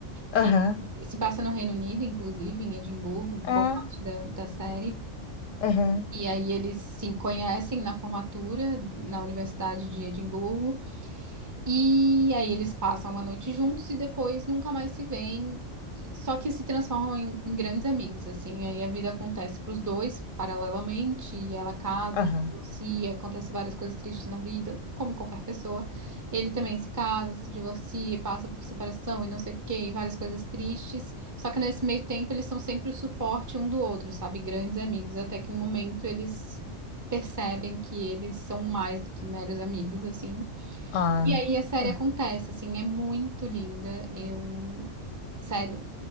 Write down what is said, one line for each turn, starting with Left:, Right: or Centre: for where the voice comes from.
Left: Aham.
Right: que se passa no Reino Unido, inclusive, em Edimburgo, boa
Left: Ah.
Right: parte da, da série.
Left: Aham.
Right: E aí eles se conhecem na formatura, na Universidade de Edimburgo. E aí eles passam uma noite juntos e depois nunca mais se veem. E- Só que se transformam em, em grandes amigos, assim. Aí a vida acontece para os dois paralelamente. e ela casa,
Left: Aham.
Right: se divorcia, acontece várias coisas tristes na vida, como qualquer pessoa. Ele também se casa, se divorcia, passa por separação e não sei o quê, e várias coisas tristes. Só que nesse meio tempo eles são sempre o suporte um do outro, sabe? Grandes amigos. Até que um momento eles percebem que eles são mais do que meros amigos, assim.
Left: Ah.
Right: E aí a série
Left: ah,
Right: acontece, assim, é muito linda. Eu, sério,